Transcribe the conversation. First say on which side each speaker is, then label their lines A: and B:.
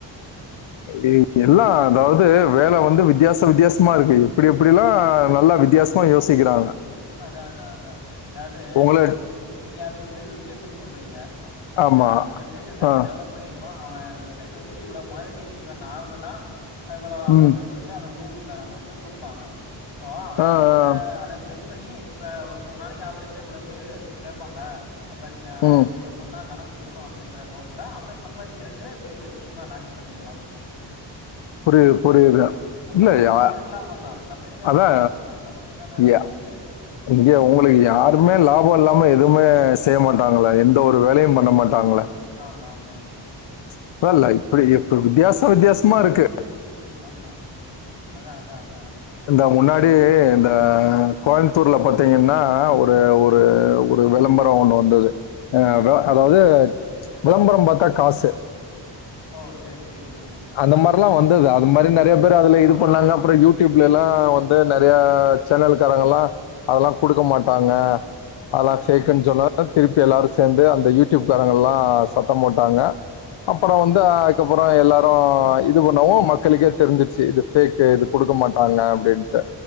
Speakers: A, on the left; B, on the left.
A: ஏ எல்லாம் அதாவ்து வேல வந்து வித்தியாச வித்தியாசமா இருக்கு இப்டி இப்டிலா நல்லா வித்தியாசமா யோசிக்கிறாங்க
B: அதா அதா அதா அதாது
A: உங்கள
B: இப்ப ஒரு வெப்சை நீங்க அது வந்து வெப்சைட்டுன் சொல்றீங்க செரிங்ளா
A: ஆமா
B: வெப்சைட்டுந்தா அவ
A: ஆ
B: டெவலப் பண்ணிருப்பா அவ வெப்சைட் வந்து இவ்ளோ மானடைசேஷன் ஆகுனா இவ்ளோ அமௌண்ட்டுன்
A: ம்
B: சொல் டு அவ கூகுள்கார வந்து குடுப்பாங்க சோ அவெ
A: ஆ ஆ
B: அந்த அத பேஸ் பண்ணி இப்ப ஒரு நாளைக்கு ஆவரேஜே இவ்ளோ பேரு கேப்பாங்க அப்ப நீங்க
A: ம்
B: இவ்ளோ சொன்னா கணக் கிருக்கூ அப்டின்ற நோக்குல அமே சம்பாரிக்கிறக்கு இப்டி ஒரு ஸ்கீமா லான்ச் பண்ணிருக்கலாம்
A: புரிது புரியுது
B: ஆமா
A: இல்ல
B: அ
A: யா
B: அவனுக்கு லாபந்தா கம்பெனிக்காரனுக்கு
A: அதா
B: லாபந்தா நமக்கு தான
A: யா
B: இது.
A: இங்க உங்குளுக்கு யாருமே லாபோ இல்லாம எதுமேஸ் செய்ய மாட்டாங்களே எந்த ஒரு வேலையும் பண்ண மாட்டாங்களே.
B: ஆமாமாமா.
A: இப்போ லை இப்பிடி இப்பி வித்தியாச வித்தியாசமாருக்கு.
B: ஆம்மா அதா அதா அதா அதா.
A: இந்த முன்னாடி இந்த கோயமுத்தூர்ல பாத்தீங்கன்னா ஒரு ஒரு ஒ ரு விளம்பரோ ஒண்ணு வந்துது. அ
B: ஆ.
A: வெ அதாவ்து விளம்பரம் பாத்தா காசு.
B: ஓ சேர் சேரிங்க.
A: அந்த மாரில்லா வந்தது அது மாரி நெறைய பேரு அதுல இது பண்ணாங்க அப்றோ யூடியூப்ல எல்லா வந்து நெறயா சென்னல்க்காரங்கல்லா அதெல்லா குடுக்க மாட்டாங்க அதெல்லா
B: ஆ,
A: பேக்குன்னு
B: ஆ,
A: சொல்லதா திருப்பி எல்லாரு சேந்து அந்த யூடியூப் காரங்கல்லா சத்தோ போட்டாங்க
B: ஆ,
A: அப்பறோ
B: ஆ.
A: வந்து அதுக்கப்பறோ எல்லாரு இது பண்ணவு மக்களுக்கே தெரிஞ்சிச்சு இது சீட்டு
B: ஆமாங்க.
A: இது குடுக்க மாட்டாங்க அப்டின்டு
B: ஆ,